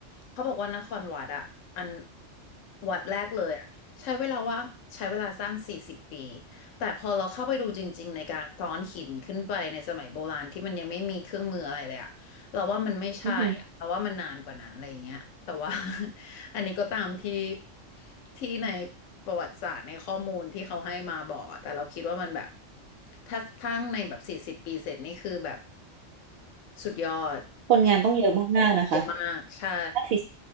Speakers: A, on the left; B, on the right.
A: เขาบอกว่านครวัดอ่ะอันวัดแรกเลยอ่ะใช้เวลาว่างใช้เวลาสร้างสี่สิบปีแต่พอเราเข้าไปดูจริงๆในการซ้อนหินขึ้นไปในสมัยโบราณที่มันยังไม่มีเครื่องมืออะไรเลยอะ เราว่ามันไม่ใช่อะเราว่ามันนานกว่านั้นอะไรอย่างเงี้ยแต่ว่า
B: อือหือ
A: <laughs> อันนี้ก็ตามที่ที่ในประวัติศาสตร์ในข้อมูลที่เขาให้มาบอกอะแต่เราคิดว่ามันแบบถ้าทั้งในแบบสี่สิบปีเสร็จนี่คือแบบสุดยอด
B: คนงานต้องเยอะมากๆนะคะ
A: มีคนเยอะมากใช่
B: น่าสิ